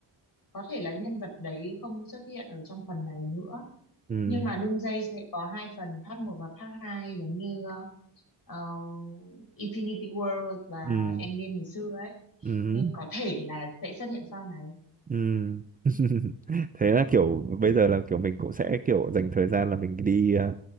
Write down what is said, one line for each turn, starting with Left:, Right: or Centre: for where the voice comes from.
Left: có thể là nhân vật đấy không xuất hiện ở trong phần này nữa
Right: ừ
Left: nhưng mà Doomsday sẽ có hai phần part một và part hai giống như ờ, Infinity War và
Right: ừ
Left: Endgame ngày xưa ấy
Right: ừ
Left: nên có thể là sẽ xuất hiện sau này
Right: ừ <laughs> thế là kiểu bây giờ là kiểu mình cũng sẽ kiểu dành thời gian là mình đi ờ,